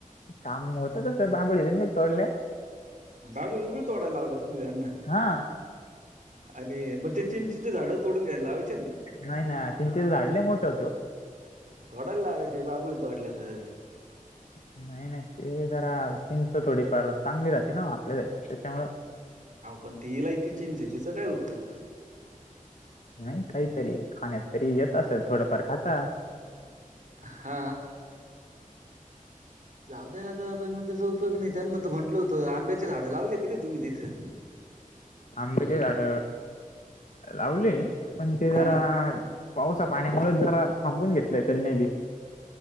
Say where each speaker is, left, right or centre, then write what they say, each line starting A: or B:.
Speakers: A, on the left; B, on the right.
A: काम होत तस बांबळी भिबळी तोडल्या.
B: बाबळी बिबळी तोडाय लावल्या तुम्ही त्यांना.
A: हा.
B: आणि मग ते चिंचचे झाडं तोडून घ्यायला लावायची.
A: नाही ना चिंचेच झाड लय मोठे होतय वो.
B: तोडाय लावायच बाबुली तोडल्या तर.
A: नाही, नाही. ते जरा चिंच थोडीफार चांगली राहते ना आपल्यासाठी त्याच्यामुळ
B: हा पण ती इलायती चींचय तिचा काय उपयोग?
A: नाही काहीतरी खाण्यात तरी येत असल थोडफार खाता.
B: हा जाऊ द्या आता पण त्याचा उपयोग उपयोग नाही त्यांना तर म्हटलं होतं आंब्याची झाडं लावली की नाही तुम्ही तिथं?
A: आंब्याचे झाड लावले पण ते जरा
B: हा
A: पावसा पाण्यामुळेच जरा थांबून घेतलंय त्यांनी बी